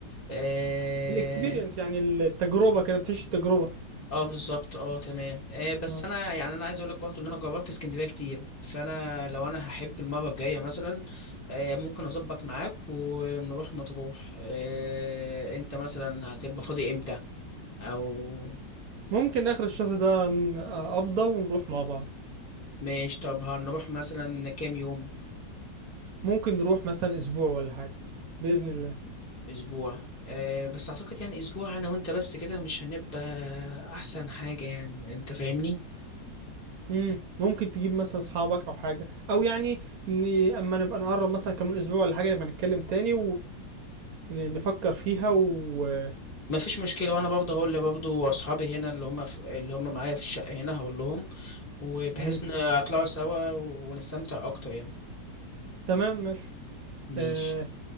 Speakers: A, on the left; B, on the right.
A: اه,
B: الاكسبيرينس يعني التجربه كده بتعيش التجربه
A: آه بالظبط اه تمام آه بس
B: آه.
A: انا يعني انا عايز اقول لك برضو ان انا جربت اسكندريه كتير فانا لو انا هحب المره الجايه مثلا آه ممكن اظبط معاك ونروح مطروح آه انت مثلا هتبقى فاضي امتى او
B: ممكن اخر الشهر ده ن- آه، افضى ونروح مع بعض
A: ماشي طب هنروح مثلا كام يوم
B: ممكن نروح مثلا اسبوع ولا حاجه باذن الله
A: اسبوع أه بس اعتقد يعني اسبوع انا وانت بس كده مش هنبقى احسن حاجة يعني انت فاهمني
B: مم. ممكن تجيب مثلا اصحابك او حاجه او يعني ن... اما نبقى نقرب مثلا كمان اسبوع ولا حاجه نبقى نتكلم تاني ونفكر فيها و
A: مفيش مشكلة وانا برضه هقول لبرضه اصحابي هنا اللي هم في اللي هم معايا في الشقة هنا هقول لهم وبحيث
B: مم.
A: نطلعوا سوا ونستمتع اكتر يعني
B: تمام ماشي
A: ماشي
B: آه،